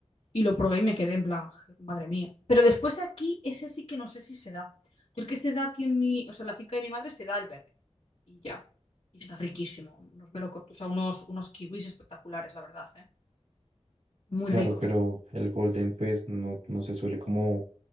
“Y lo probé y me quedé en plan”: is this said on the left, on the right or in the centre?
Left